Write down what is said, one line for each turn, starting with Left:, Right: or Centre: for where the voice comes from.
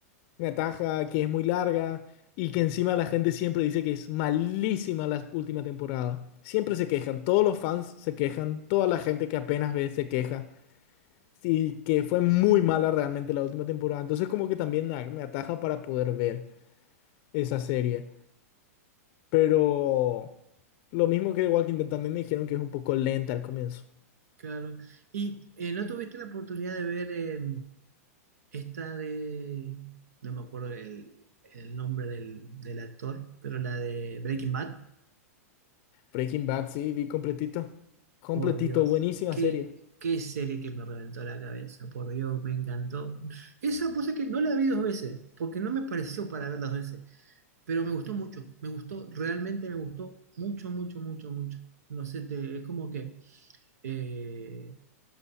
Left: Me ataja que es muy larga y que encima la gente siempre dice que es malísima la última temporada. Siempre se quejan. Todos los fans se quejan. Toda la gente que apenas ve se queja. Y que fue muy mala realmente la última temporada. Entonces como que también me me ataja para poder ver esa serie. Pero lo mismo que The Walking Dead también me dijeron que es un poco lenta al comienzo.
Right: Claro. ¿Y eh, no tuviste la oportunidad de ver eh, esta de, no me acuerdo el, el nombre del, del actor, pero la de Breaking Bad?
Left: Breaking Bad, sí, vi completito. Completito,
Right: Por Dios,
Left: buenísima
Right: qué,
Left: serie.
Right: qué serie que me reventó la cabeza, por Dios, me encantó. Esa cosa que no la vi dos veces, porque no me pareció para ver dos veces, pero me gustó mucho, me gustó, realmente me gustó mucho, mucho, mucho, mucho. No sé, te- es como que... eh,